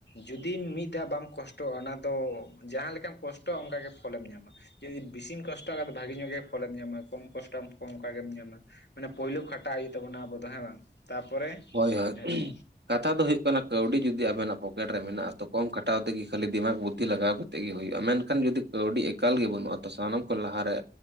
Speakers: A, on the left; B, on the right.
A: ᱡᱩᱫᱤ ᱢᱤᱫ ᱫᱷᱟᱣ, ᱵᱟᱢ ᱠᱚᱥᱴᱚᱜᱼᱟ, ᱚᱱᱟ ᱫᱚ, ᱡᱟᱦᱟᱸ ᱞᱮᱠᱟᱢ ᱠᱚᱥ ᱛᱚ, ᱚᱱᱠᱟ ᱜᱮ, ᱯᱷᱚᱞᱮᱢ ᱧᱟᱢᱟ, ᱡᱩᱫᱤ ᱵᱤᱥᱤᱢ ᱠᱚᱥᱴᱚᱜᱼ ᱟ, ᱵᱷᱟᱜᱤ ᱧᱚᱜ ᱜᱮ ᱾ ᱯᱷᱚᱞᱮᱢ ᱧᱟᱢᱟ ᱠᱚᱢ ᱠᱚᱥᱴᱟᱢ ᱠᱚᱢ ᱚᱝᱠᱟ ᱜᱮᱢ ᱧᱟᱢᱟ, ᱢᱟᱱᱮ ᱯᱳᱭᱞᱳ ᱠᱷᱟᱴᱟᱜ ᱦᱩᱭᱩᱜ ᱛᱟᱵᱚᱱᱟ ᱟᱵᱚ ᱫᱚ ᱦᱮᱸ ᱵᱟᱝ! ᱛᱟᱯᱚᱨᱮ ᱡᱟᱦᱟᱱᱟᱜ
B: ᱦᱳᱭ ᱦᱳᱭ ᱾ ᱠᱟᱛᱷᱟ ᱫᱚ ᱦᱩᱭᱩᱜ ᱠᱟᱱᱟ ᱠᱟᱹᱣᱰᱤ ᱡᱩᱫᱤ ᱟᱵᱮᱱᱟᱜ ᱯᱚᱠᱮᱴ ᱨᱮ ᱢᱮᱱᱟᱜᱼᱟ, ᱛᱚ ᱠᱚᱢ ᱠᱟᱴᱟᱣ ᱛᱮᱜᱮ ᱠᱷᱟᱹᱞᱤ ᱫᱤᱢᱟᱜᱽ ᱵᱩᱫᱽᱫᱷᱤ ᱞᱟᱜᱟᱣ ᱠᱟ ᱛᱮᱜᱮ ᱦᱩᱭᱩᱜᱼᱟ, ᱢᱮᱱᱠᱷᱟᱱ ᱡᱩᱫᱤ ᱠᱟᱹᱣᱰᱤ ᱮᱠᱟᱞ ᱜᱮ ᱵᱟᱹᱱᱩᱜᱼᱟ ᱛᱚ ᱥᱟᱱᱟᱢ ᱠᱷᱚᱱ ᱞᱟᱦᱟᱨᱮ